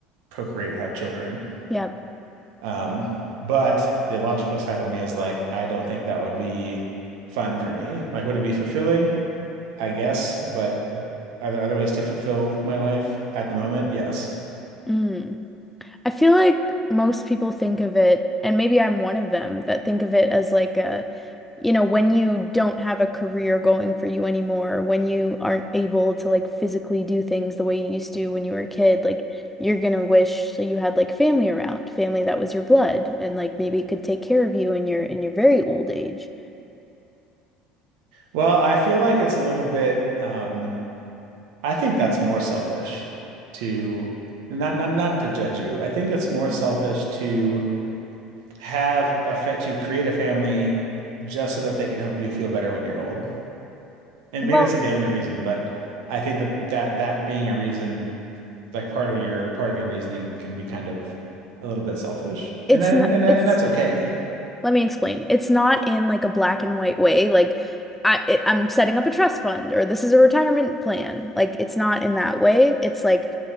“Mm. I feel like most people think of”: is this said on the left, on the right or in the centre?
Centre